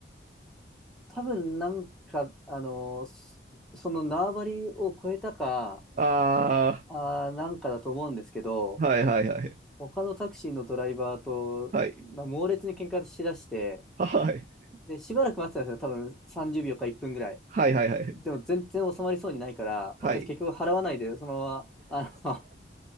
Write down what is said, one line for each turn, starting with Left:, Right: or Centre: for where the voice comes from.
Centre: 多分なんか、あの、そその縄張りを超えたか、
Right: あ
Centre: あー、なんかだと思うんですけど、
Right: あ、はいはいはい、
Centre: 他のタクシーのドライバーとな猛烈に喧嘩しだして、
Right: <laughs> はいあはい、
Centre: で、しばらく待ってたんですよ、多分30秒か1分ぐらい。
Right: はいはいはい、
Centre: でも全然収まりそうにないから、
Right: <laughs> はい、
Centre: 私結局払わないで、そのまま、あ